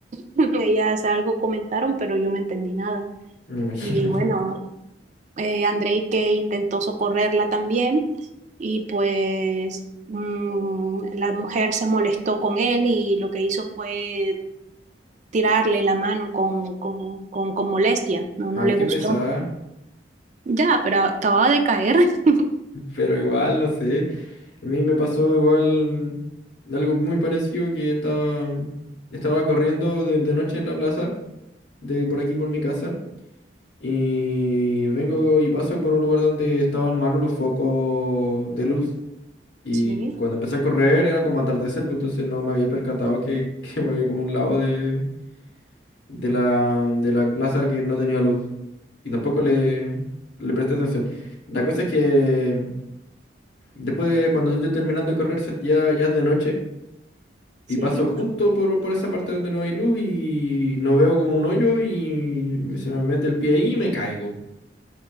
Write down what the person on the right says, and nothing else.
<laughs> Ellas algo comentaron, pero yo no entendí nada.
Y
bueno, eh, Andrei que intentó socorrerla también. Y pues mm, la mujer se molestó con él y lo que hizo fue tirarle la mano con, con, con, con molestia. No, no
le
gustó.
Ya, pero acababa de caer. <laughs>
Sí,
sí.